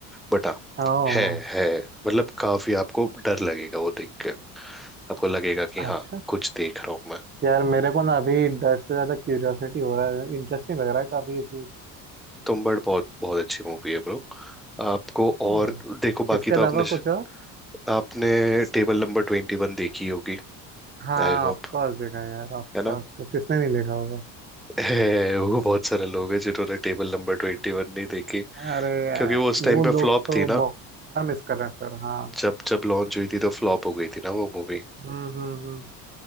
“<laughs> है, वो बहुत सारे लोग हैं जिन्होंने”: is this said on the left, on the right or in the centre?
Centre